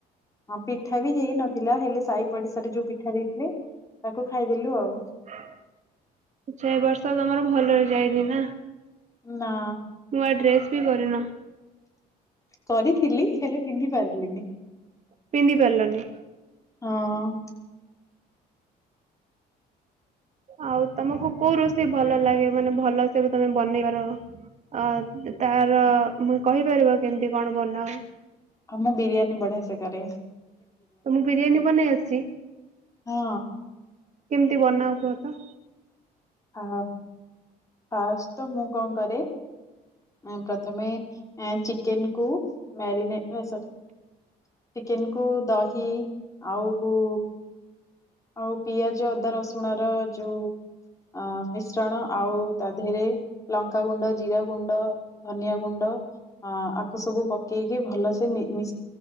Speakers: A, on the left (about 20°); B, on the right (about 45°).
A: ହଁ ପିଠା ବି ହେଇ ନଥିଲା ହେଲେ ସାହି ପଡିଶାରେ ଯୋଉ ପିଠା ଦେଇଥିଲେ ତାକୁ ଖାଇଦେଲୁ ଆଉ।
B: ଆଚ୍ଛା ଏ ବର୍ଷ ତମର ଭଲ ରେ ଯାଇନି ନା?
A: ନା।
B: ନୂଆ ଡ୍ରେସ ବି କରିନ।
A: କରିଥିଲି ହେଲେ ପିନ୍ଧି ପାରିଲିନି।
B: ପିନ୍ଧି ପାରିଲନି
A: ହଁ। <unintelligible>
B: ଆଉ ତମକୁ କୋଉ ରୋଷେଇ ଭଲ ଲାଗେ ମାନେ ଭଲସେ ତମେ ବନେଇବାର ଅ ତାର ଉଁ କହିପାରିବ କେମିତି କଣ ବନାଅ?
A: ହଁ ମୁଁ ବିରିୟାନୀ ବଢିଆ ସେ କରେ।
B: ତମୁକୁ ବିରିୟାନୀ ବନେଇ ଆସଛି?
A: ହଁ
B: କେମିତି ବନାଅ କୁହ ତ।
A: ଆ ଫାଷ୍ଟ ତ ମୁଁ କଣ କରେ ଏଁ ପ୍ରଥମେ ଏଁ ଚିକେନ କୁ ମ୍ୟାରିନେ ଏ ସରି ଚିକେନ କୁ ଦହି ଆଉ ଆଉ ପିଆଜ, ଅଦା, ରସୁଣ ର ଯୋଉ ଅ ମିଶ୍ରଣ ଆଉ ତା ଦେହରେ ଲଙ୍କା ଗୁଣ୍ଡ, ଜିରା ଗୁଣ୍ଡ, ଧନିଆ ଗୁଣ୍ଡ ଅଁ ଆକୁ ସବୁ ପକେଇକି ଭଲସେ ମି ମି